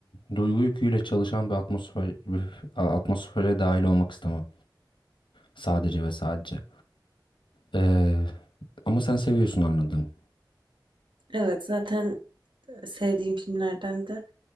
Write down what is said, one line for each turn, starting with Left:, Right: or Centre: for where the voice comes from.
Left: duygu yüküyle çalışan bir atmosfer <laughs> atmosfere dahil olmak istemem. Sadece ve sadece. E, ama sen seviyorsun anladım.
Right: Evet zaten sevdiğim filmlerden de.